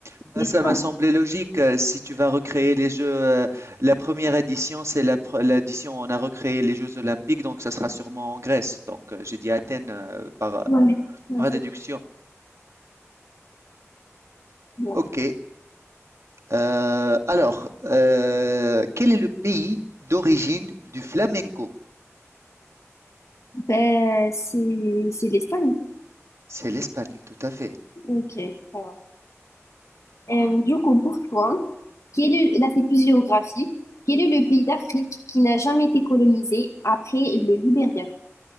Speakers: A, on the right; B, on the left.
A: Bah,
B: C'est
A: ça
B: ça.
A: m'a semblé logique. euh, Si tu vas recréer les Jeux, euh, la première édition, c'est la pre- l'édition où on a recréé les Jeux Olympiques, donc ça sera sûrement en Grèce. Donc, euh, j'ai dit Athènes, euh, par,
B: Ouais. Ouais,
A: par
B: faut-
A: déduction.
B: ouais.
A: Ok, Euh, alors, euh, quel est le pays d'origine du flamenco?
B: Ben, c'est c'est l'Espagne.
A: C'est l'Espagne, tout à fait.
B: Ok, ça va. Euh, du coup, pour toi, quel est, là, c'est plus géographique. Quel est le pays d'Afrique qui n'a jamais été colonisé après le Libéria?